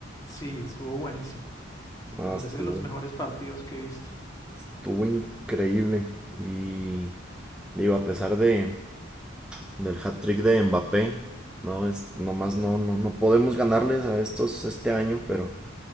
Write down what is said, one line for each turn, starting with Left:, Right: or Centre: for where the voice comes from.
Left: sí, estuvo buenísimo.
Centre: Ah,
Left: Me parece
Centre: estuvo,
Left: de los mejores partidos que he visto.
Centre: estuvo increíble. Y digo, a pesar de, del hat-trick de Mbappé, no es, nomás no, no, no podemos ganarles a estos este año, pero